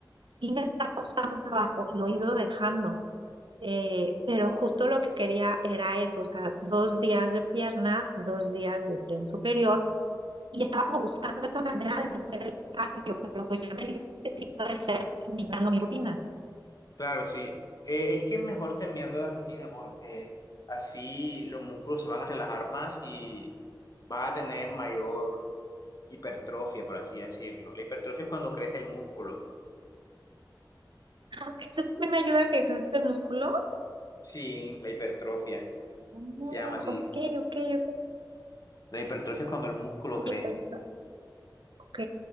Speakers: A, on the right; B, on the left.
A: sí me está costando trabajo y lo he ido dejando. Eh, pero justo lo que quería era eso, o sea, dos días de pierna, dos días de tren superior y estaba como buscando esa manera de meter el cardio, pero pues ya me dijiste sí puede ser imitando mi rutina.
B: Claro, sí. Eh, es que es mejor terminando la rutina porque así los músculos se van a relajar más y van a tener mayor hipertrofia, por así decirlo. La hipertrofia es cuando crece el músculo.
A: Ah, ok, Eso también me ayuda a que crezca el músculo.
B: Sí, la hipertrofia.
A: Oh,
B: Se llama así.
A: ok, ok, ok.
B: La hipertrofia es cuando el músculo
A: Oye,
B: crece.
A: pues, está ok.